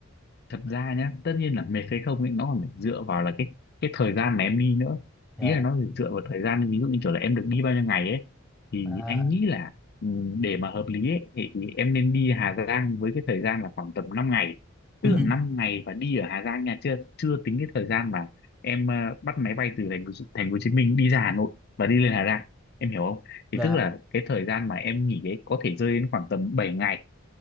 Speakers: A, on the left; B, in the centre.
A: thật ra nhá tất nhiên là mệt hay không ấy nó còn phải dựa vào là cái cái thời gian mà em đi nữa
B: Dạ.
A: ý là nó phải dựa vào thời gian ví dụ như kiểu là em được đi bao nhiêu ngày ấy thì
B: À.
A: anh nghĩ là ừ, để mà hợp lý ấy, thì, thì em nên đi Hà Giang với cái thời gian là khoảng tầm năm ngày
B: Ừ.
A: tức là 5 ngày và đi ở Hà Giang nha chưa chưa tính cái thời gian mà em ờ, bắt máy bay từ thành phố, thành phố Hồ Chí Minh đi ra Hà Nội và đi lên Hà Giang em hiểu không
B: Dạ.
A: thì tức là cái thời gian mà em nghỉ ấy có thể rơi đến khoảng tầm bảy ngày